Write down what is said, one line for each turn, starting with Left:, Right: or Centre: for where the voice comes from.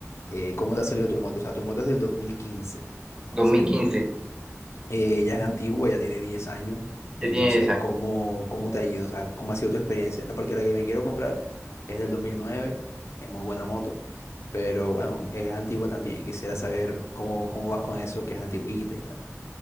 Left: eh, cómo te ha salido tu moto. O sea, tu moto es del dos mil quince
Right: 2015,
Left: ¿cierto? eh, ya es antigua, ya tiene 10 años. Entonces,
Right: ya tiene 10 años.
Left: ¿cómo, cómo te ha ido? O sea, ¿cómo ha sido tu experiencia? La- Porque la que me quiero comprar es del 2009, es muy buena moto, pero bueno, es antigua también. Quisiera saber cómo, cómo vas con eso, que es antigüita y tal.